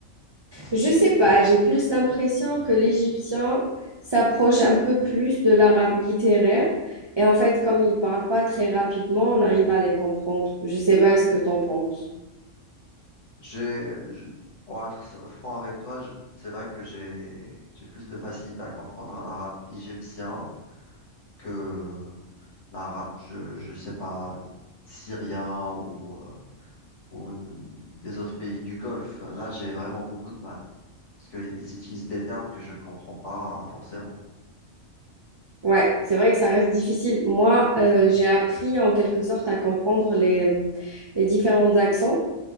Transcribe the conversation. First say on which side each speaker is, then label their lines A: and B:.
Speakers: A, on the right (about 45°); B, on the left (about 65°).
A: Je sais pas, j'ai plus l'impression que l'égyptien s'approche un peu plus de l'arabe littéraire. Et en fait, comme ils parlent pas très rapidement, on arrive à les comprendre. Je sais pas ce que t'en penses.
B: J'ai, je- pour être s- franc avec toi, je- c'est vrai que j'ai, j'ai plus de facilité à comprendre l'arabe égyptien que l'arabe, je, je sais pas, syrien ou, euh, ou d- des autres pays du Golfe. Là, j'ai vraiment beaucoup de mal parce qu'ils utilisent des termes que je ne comprends pas forcément.
A: Ouais, c'est vrai que ça reste difficile. Moi, euh, j'ai appris en quelque sorte à comprendre les, les différents accents